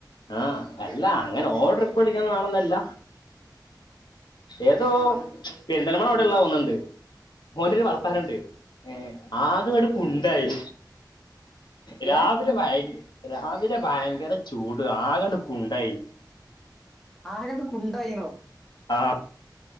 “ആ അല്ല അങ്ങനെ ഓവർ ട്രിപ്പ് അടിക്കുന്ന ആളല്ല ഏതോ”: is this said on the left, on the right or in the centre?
Left